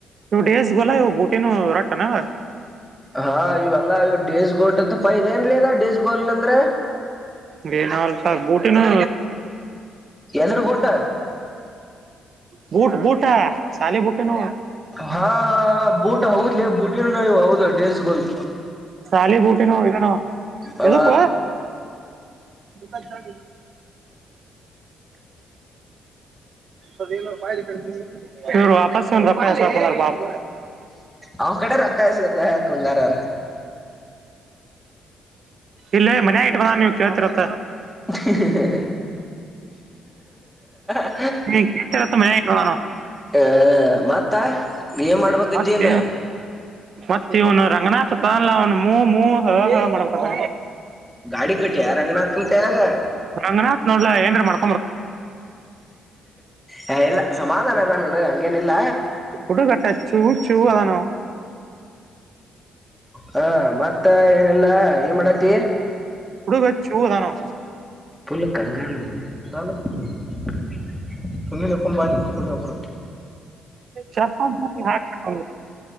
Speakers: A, on the right; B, in the centre.
A: ೇಸ್ ಗೊಲ ಬುಟ್ಟಿ ನ ರಟ್ಟತ ಹ
B: ಹಾ ಇವೆಲ್ಲಾ ಇವ ಡೇಸ್ ಗೋಟ್ ಅಂತ ಪೈ ಇದೆ ಏನ್ಲದ ಡೇಸ್ ಗೋನ್ಲ್ ಅಂದ್ರೆ
A: ಬೇ ನ ಅಲ್ಫ ಬೂಟಿ ನ
B: ಎದ್ರ ಗೋಟ
A: ಬೂಟ್ ಬೂಟ ಶಾಲೆ ಬೂಟೆನು
B: ಹಾ ಹ ಬೂಟ್ ಹೌದ್ಲಿ ಬೂಟಿವು ಹೌದು ಡ್ರೇಸ್ ಗಲ್
A: ಶಾಲಿ ಬೂಟಿನೋ ಇದನೋ
B: ಆ
A: ಎದಕ್ಕ ತ ಚ ಅದ ಬಾಯ ಕಡೆ ಹರು ಅಪ ರಪ್ಪಪಾರ ಬಾಪ
B: ಅವನ್ ಕಡೆ ರೊಕ್ಕ ಇಸ್ಗದ ಹಾಕಂದಾರ ಅವ್ರ
A: ಇಲ್ಲೇ ಮನ ಆಯಟ್ ಬಂದ ನೀವ್ ಕೇಳ್ತಿರತ್ತ
B: ಹ ಹ
A: ನೀತರತ್ತ ಮಾನ
B: ಹ ಮತ್ತ ಏನ್ ಮಾಡ್ಬೇಕಜ್ಜಿನ
A: ಮತ್ತ ಮತ್ತೆ ಇವನು ರಂಗನಾಥ ತ ಅಲ್ಲ ಅವನ್ ಮೂ ಹ ಹ ಮ ಕ
B: ಗಾಡಿ ಕಟ್ಟಿ ಯಾರಂಗನಾಥನ್ ಕೈಯಾಗ
A: ನಂಗ್ರ ಎಂ್ರ ಮಾಡ
B: ಹ ಇಲ್ಲ ಸಮಾಧಾನ ಅದಾ ನೋಡ ಹಂಗೇನಿಲ್ಲ
A: ಫುಡು ಕಟ್ಟೆ ಚೂ ಚೂ ಅದಾನೋ
B: ಹಾ ಮತ್ತ ಏನೆಲ್ಲ ನೀ ಮಾಡಡಾಟ
A: ಹುಡುಗ ಚೂ ಅದಾನು
B: ಪುಲ್ ಕಂಗಾಲಮ್ಮ ಬಳ ತಿಲ್ಲಕ್ಕ ಬ ಕೊಡರ
A: ಚಪ್ಪ ಹಾಕ್ಬಿಟ್ಟು